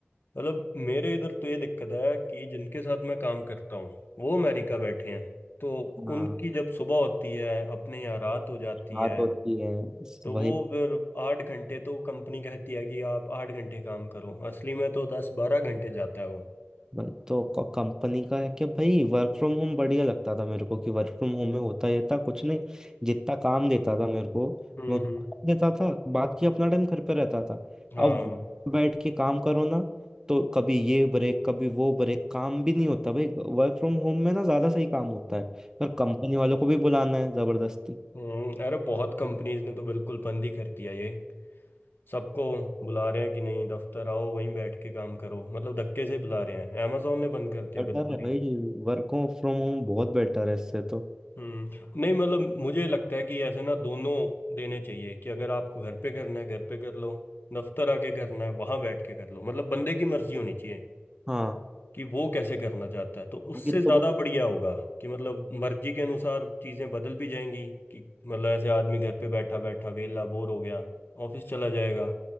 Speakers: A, on the left; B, on the right.
A: मतलब मेरे इधर तो ये दिक्कत है कि जिनके साथ मैं काम करता हूँ वो अमेरिका बैठे हैं तो
B: हाँ
A: उनकी जब सुबह होती है अपने यहाँ रात हो जाती
B: बात
A: है
B: होती है इस-
A: तो
B: वही
A: वो फिर आठ घंटे तो कंपनी कहती है कि आप आठ घंटे काम करो असली में तो दस बारह घंटे जाता है वो
B: वही तो कंपनी का है कि भाई वर्क फ्रॉम होम बढ़िया लगता था मेरे को कि वर्क फ्रॉम होम में होता ये था कुछ नहीं जितना काम देता था मेरे को
A: हम्म
B: मैं उतना
A: हम्म
B: काम देता था बाकी अपना टाइम घर पे रहता था
A: हाँ
B: अब बैठ के काम करो ना तो कभी ये ब्रेक कभी वो ब्रेक काम भी नहीं होता भाई वर्क फ्रॉम होम में ना ज्यादा सही काम होता है पर कंपनी वालों को भी बुलाना है जबरदस्ती
A: हम्म, अरे बहुत कंपनीज ने तो बिल्कुल बंद ही कर दिया ये सबको बुला रहे हैं कि नहीं दफ्तर आओ वहीं बैठ के काम करो मतलब धक्के से ही बुला रहे हैं अमेजोन ने बंद कर दिया
B: बेटर
A: बिल्कुल
B: है भाई वर्क फ्रॉम होम बहुत बेटर है इससे तो
A: हम्म नहीं मतलब मुझे लगता है कि ऐसे ना दोनों देने चाहिए कि अगर आपको घर पे करना है घर पे कर लो दफ्तर आके करना है वहां बैठ के कर लो मतलब बंदे की मर्जी होनी चाहिए
B: हाँ
A: कि वो कैसे करना चाहता है तो उससे
B: ये
A: ज्यादा
B: तो बस
A: बढ़िया होगा कि मतलब मर्जी के अनुसार चीजें बदल भी जाएंगी कि मतलब ऐसे आदमी घर पे बैठा बैठा वेला बोर हो गया ऑफिस चला जाएगा